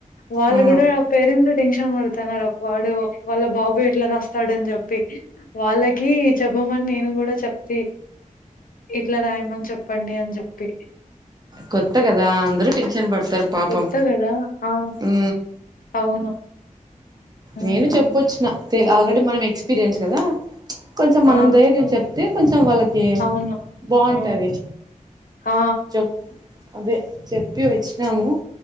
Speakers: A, on the left (about 85°); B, on the right (about 30°).
A: వాళ్ళు
B: ఆ
A: గుడా పేరెంట్సే టెన్షన్ పడుతాన్నారు వాడు వాళ్ళ బాబు ఎట్లా రాస్తాడని చెప్పి వాళ్ళకి చెప్పమని నేను కూడా చెప్తీ ఇట్లా రాయమని చెప్పండి అని చెప్పి
B: కొత్త గదా అందరూ టెన్షన్ పడ్ తరు పాపం
A: కొత్త కదా ఆ
B: ఊ
A: అవును ఉమ్
B: నేను చెప్పొచ్చిన తేల్ ఆల్రెడీ మనం ఎక్స్పీరియన్స్ కదా కొంచం మనం
A: ఆ
B: ధైర్యం చెప్తే కొంచెం వాళ్ళకి
A: అవును
B: బాగుంటది
A: ఆ ఆ
B: చెప్ అదే చెప్పి వచ్చినాము